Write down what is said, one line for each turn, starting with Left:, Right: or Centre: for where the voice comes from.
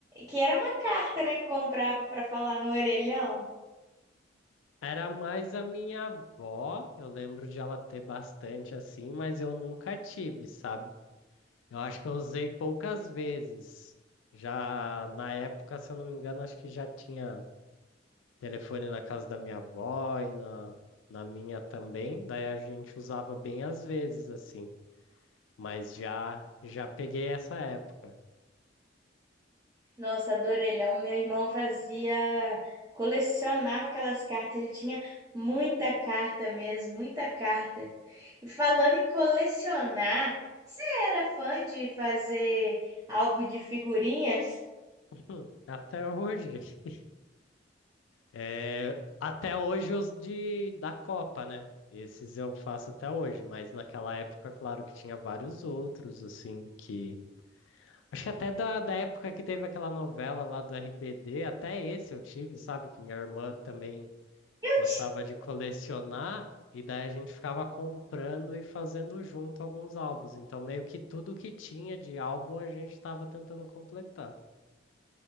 Right: que era uma carta, né, que comprava para falar no orelhão.
Left: era mais a minha avó, eu lembro de ela ter bastante assim, mas eu nunca tive, sabe? Eu acho que eu usei poucas vezes. Já na época, se eu não me engano, acho que já tinha telefone na casa da minha avó e na, na minha também. Daí a gente usava bem às vezes, assim. Mas já já peguei essa época.
Right: Nossa, do orelhão, meu irmão fazia, colecionava aquelas cartas, ele tinha muita carta mesmo, muita carta. E Falando em colecionar, você era fã de fazer álbum de figurinhas?
Left: Hum, até hoje. <laughs> É, até hoje os de da Copa, né? Esses eu faço até hoje, mas naquela época, claro que tinha vários outros, assim, que Acho que até da, da época que teve aquela novela lá do RBD, até esse eu tive, sabe? Que minha irmã também
Right: Eu
Left: gostava de colecionar, e daí a gente ficava comprando e fazendo junto alguns álbuns. Então, meio que tudo que tinha de álbum a gente estava tentando completar.